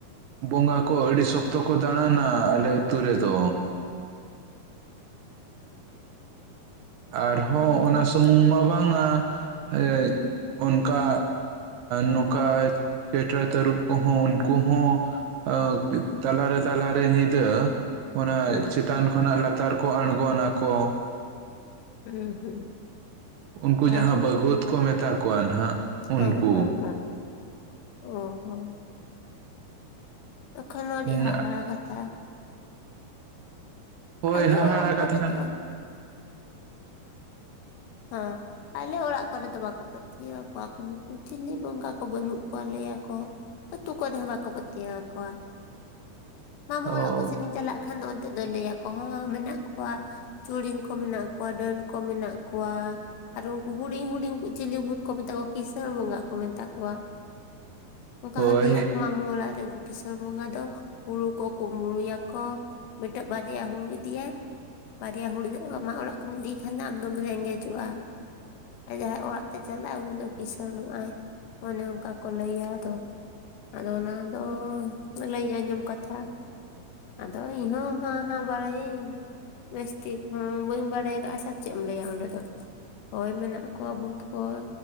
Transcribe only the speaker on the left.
ᱦᱮᱸ
ᱦᱮᱸ
ᱦᱩᱸ
ᱦᱩᱸ ᱦᱩᱸ,
ᱟᱨ
ᱦᱮᱸ ᱦᱮᱸ ᱦᱮᱸ ᱚ ᱦᱳ, ᱮᱠᱷᱚᱱᱳ ᱟᱹᱰᱤ
ᱦᱟᱦᱟᱲᱟ ᱠᱟᱛᱷᱟ᱾
ᱟᱞᱮ
ᱚᱲᱟᱜ
ᱠᱚᱨᱮ
ᱫᱚ ᱦᱟᱸ᱾ ᱟᱞᱮ ᱚᱲᱟᱜ ᱠᱚᱨᱮ ᱫᱚ ᱵᱟᱠᱚ ᱯᱟᱹᱛᱭᱟᱹᱣ ᱠᱚᱣᱟ ᱠᱚ ᱱᱩᱠᱩ ᱪᱤᱞᱤ ᱵᱚᱸᱜᱟ ᱠᱚ ᱵᱟᱹᱱᱩᱜ ᱠᱚᱣᱟ ᱞᱮᱭᱟᱠᱚ᱾ ᱟᱹᱛᱩ ᱠᱚᱨᱮ ᱦᱚᱸ ᱵᱟᱠᱚ ᱯᱟᱹᱭᱛᱟᱣ ᱟᱠᱚᱭᱟ᱾
ᱢᱟᱢᱟ
ᱚᱲᱟᱜ ᱠᱚ ᱥᱮᱱ ᱤᱧ ᱪᱟᱞᱟᱜ ᱠᱷᱟᱱ ᱫᱚ ᱚᱱᱛᱮ ᱫᱚ ᱞᱟᱹᱭᱟᱠᱚ ᱦᱟᱸᱜ ᱢᱮᱱᱟᱜ ᱠᱚᱣᱟ ᱪᱩᱲᱤᱝ ᱠᱚ ᱢᱮᱱᱟᱜ ᱠᱚᱣᱟ ᱰᱟᱹᱱ ᱠᱚ ᱢᱮᱱᱟᱜ ᱠᱚᱣᱟ᱾ ᱠᱚᱣᱟ ᱟᱨ ᱩᱱᱠᱩ ᱦᱩᱰᱤᱧ ᱦᱩᱰᱤᱧ ᱠᱚ ᱪᱤᱞᱤ ᱵᱷᱩᱛ ᱠᱚ ᱢᱮᱛᱟ ᱠᱚᱣᱟ ᱠᱤᱥᱟᱹᱬ ᱵᱚᱸᱜᱟ ᱠᱚ ᱢᱮᱛᱟ ᱠᱚᱣᱟ᱾
ᱚᱱᱠᱟᱦᱚᱸ
ᱞᱟᱹᱭᱟ ᱟᱠᱚ ᱢᱟᱢᱚ ᱠ ᱚᱲᱟᱜ ᱨᱮ ᱩᱱᱠᱩ, ᱠᱤᱥᱟᱹᱬ ᱵᱚᱸᱜᱟ ᱫᱚ ᱦᱩᱲᱩ ᱠᱚ ᱠᱩᱢᱩᱲᱩᱭᱟᱠᱚ ᱢᱤᱫᱴᱮᱡ ᱵᱟᱨᱭᱟ ᱦᱩᱲᱩ ᱤᱫᱤᱭᱟᱭ, ᱵᱟᱨᱭᱟ ᱦᱩᱲᱩ ᱫᱚ ᱟᱢᱟᱜ ᱚᱲᱟᱜ ᱠᱷᱚᱱᱤᱧ ᱤᱫᱤᱭ ᱠᱷᱟᱱ ᱫᱚ ᱟᱢ ᱫᱚᱢ ᱨᱮᱸᱜᱮᱡᱚᱜᱼᱟ᱾ ᱟᱨ ᱡᱟᱦᱟᱸᱭ ᱚᱲᱟᱜ ᱛᱮᱭ ᱪᱟᱞᱟᱜᱼᱟ ᱩᱱᱤ ᱫᱚ ᱠᱤᱥᱟᱹᱬᱚᱜ-ᱟᱭ ᱚᱱᱮ ᱚᱱᱠᱟ ᱠᱚ ᱞᱟᱹᱭᱟ ᱟᱫᱚ᱾ ᱟᱫᱚ ᱚᱱᱟ ᱫᱚ ᱞᱟᱹᱭ ᱟᱸᱡᱚᱢ ᱠᱟᱛᱷᱟ᱾ ᱟᱫᱚ ᱤᱧ ᱦᱚᱸ ᱦᱟᱜ ᱵᱟᱲᱟᱭᱟᱹᱧ ᱵᱮᱥ ᱴᱷᱤᱠ ᱦᱚᱸ ᱵᱟᱹᱧ ᱵᱟᱲᱟᱭ ᱟᱠᱟᱫᱼᱟ ᱥᱮ? ᱪᱮᱫ ᱮᱢ ᱞᱟᱹᱭᱟ ᱚᱸᱰᱮ ᱫᱚ, ᱦᱚᱭ ᱢᱮᱱᱟᱜ ᱠᱚᱣᱟ ᱵᱷᱩᱛ ᱠᱚᱭ